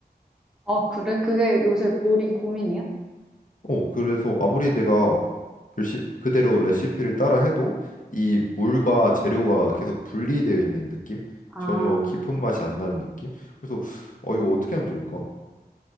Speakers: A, in the centre; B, on the left.
A: 아, 그래? 그게 요새 요리 고민이야?
B: 어, 그래서 아무리 내가 열심 그대로 레시피를 따라 해도 이 물과 재료가 계속 분리되어 있는 느낌?
A: 아.
B: 전혀 깊은 맛이 안 나는 느낌? 그래서 어 이거 어떻게 하면 좋을까?